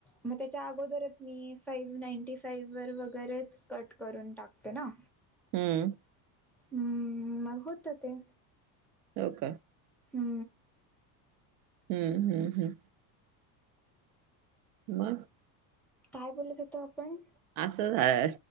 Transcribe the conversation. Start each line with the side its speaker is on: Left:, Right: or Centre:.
Centre: मग त्याच्या अगोदरच मी साईन... नाईंटी साईज वर वगैरेच कट करून टाकते ना.
Right: हूं
Centre: हूं... मग होतं ते
Right: हो... का?
Centre: हू
Right: हूं.. हूं.. हूं.. मग
Centre: काय बोलत होतो आपण?
Right: असं हाय...